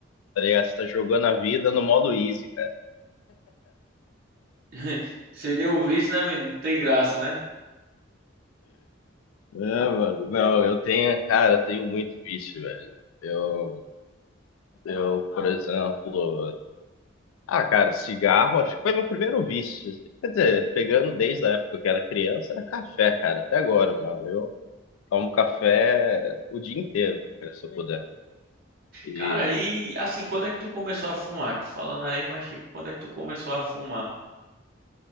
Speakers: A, on the left; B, on the right.
A: tá ligado? Você tá jogando a vida no modo easy, cara.
B: <laughs> Seria um vício, né, velho? Não tem graça, né?
A: É, mano. Não, eu tenho, cara, eu tenho muito vício, velho. Eu, eu, por exemplo, Ah, cara, cigarro, acho que foi meu primeiro vício. assim. Quer dizer, pegando desde a época que eu era criança, era café, cara, até agora, mano. Eu tomo café o dia inteiro, cara, se eu puder. E,
B: Cara, e assim, quando é que tu começou a fumar? Tu falando aí, mas tipo, quando é que tu começou a fumar?